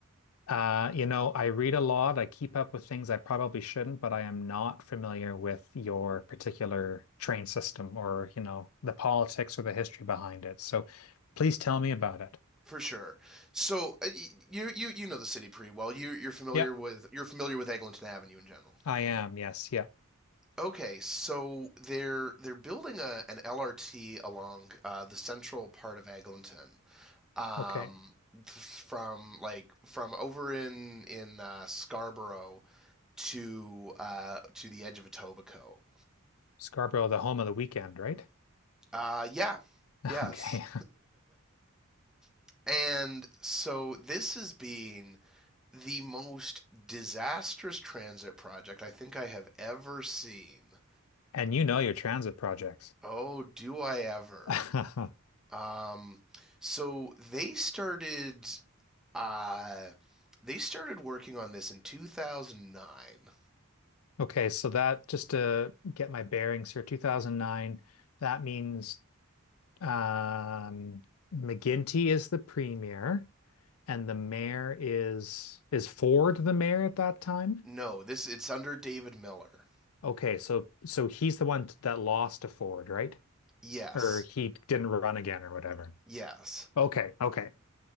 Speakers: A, on the left (about 75°); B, in the centre.
A: Uh, you know, I read a lot. I keep up with things I probably shouldn't, but I am not familiar with your particular train system or, you know, the politics or the history behind it. So please tell me about it.
B: For sure. So uh, y- you you you know the city pretty well. You you're familiar
A: Yep,
B: with you're familiar with Eglinton Avenue in general.
A: I am. Yes, yeah.
B: Okay, so they're they're building a an LRT along uh, the central part of Eglinton. um,
A: Okay.
B: from like from over in in uh, Scarborough to uh, to the edge of Etobicoke.
A: Scarborough, the home of the weekend, right?
B: Uh, yeah,
A: <laughs>
B: yes.
A: Okay.
B: <laughs> and so this has been the most disastrous transit project I think I have ever seen.
A: And you know your transit projects.
B: Oh, do I ever?
A: <laughs>
B: Um, so they started uh, they started working on this in 2009.
A: Okay, so that just to get my bearings here, 2009, that means um, McGinty is the premier and the mayor is is Ford the mayor at that time?
B: No, this it's under David Miller.
A: Okay, so so he's the one that lost to Ford, right?
B: Yes.
A: Or he didn't run again or whatever.
B: Yes.
A: Okay, okay. <laughs>